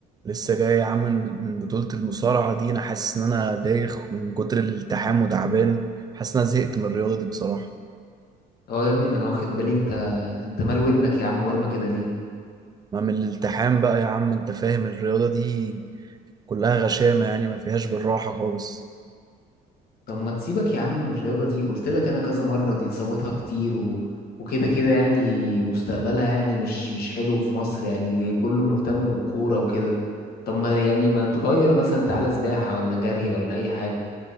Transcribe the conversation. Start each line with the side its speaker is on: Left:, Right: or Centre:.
Right: لسه جاي يا عم من من بطولة المصارعة دي انا حاسس ان انا دايخ من كتر الالتحام وتعبان حاسس ان انا زهقت من الرياضة دي بصراحة
Left: اه يا ابني ما انا واخد بالي انت انت مال ودنك يا عم ورمه كده ليه
Right: ما من الالتحام بقى يا عم انت فاهم الرياضة دي كلها غشامة يعني ما فيهاش بالراحة خالص
Left: طب ما تسيبك يا عم من الرياضه دي قلت لك انا كذا مره دي اصاباتها كتير و... وكده كده يعني مستقبلها يعني مش مش حلو في مصر يعني كله مهتم بالكوره وكده طب ما يعني ما تغير مثلا تعالى سباحه ولا جري ولا اي حاجه